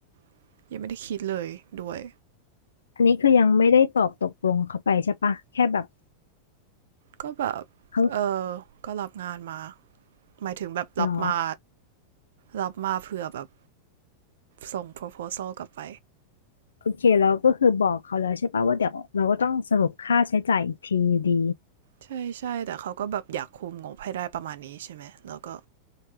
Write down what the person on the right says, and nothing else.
ๆยังไม่ได้คิดเลยด้วย
ก็แบบ
เออ ก็รับงานมา หมายถึงแบบรับมา
รับมาเผื่อแบบส่ง proposal กลับไป
ใช่ใช่แต่เขาก็แบบอยากคุมงบให้ได้ประมาณนี้ใช่ไหมแล้วก็